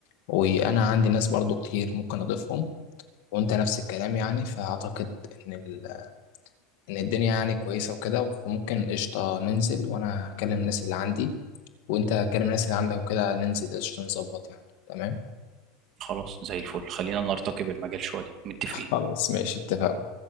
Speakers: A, on the left; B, on the right.
A: وانا عندي ناس برضو كتير ممكن اضيفهم وانت نفس الكلام يعني فاعتقد ان ال... ان الدنيا يعني كويسه وكده فممكن قشطه ننزل وانا اكلم الناس اللي عندي وانت كلم الناس اللي عندك وكده ننزل قشطه نظبط يعني تمام
B: خلاص زي الفل خلينا نرتقي بالمجال شويه متفقين
A: خلاص ماشي اتفقنا